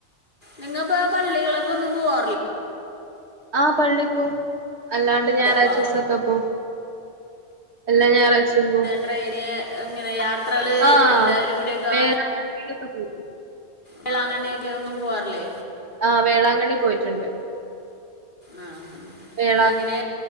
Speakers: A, on the left (about 45°); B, on the right (about 65°).
A: നിങ്ങപ്പോ പള്ളികളേക്കൊന്നും പോവാറില്ലേ
B: ആ പള്ളിപോം അല്ലാണ്ട് ഞായറാഴ്ച
A: അപ്പോൾ
B: ദിവസൊക്കെ പോം എല്ലാം ഞായറാഴ്ച്ചയും പോം
A: ട്രയിന് ഇങ്ങനെ യാത്രകള്
B: ആഹ്
A: എല്ലാരും കൂടിയൊക്കാ
B: വേളാങ്കണ്ണിയിലൊക്കെ പോവും
A: വേളാങ്കണ്ണി ഒക്കെ ഒന്നും പോവാറില്ലേ
B: ആ വേളാങ്കണ്ണി പോയിട്ട്ണ്ട്
A: ആ
B: വേളാ
A: എങ്ങനെ